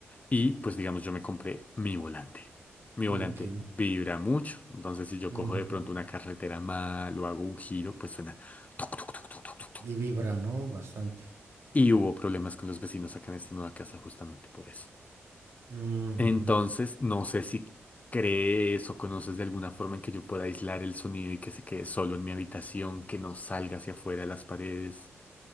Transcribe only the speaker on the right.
ok,
ujú.
Y vibra, ¿no? Bastante.
Ujú.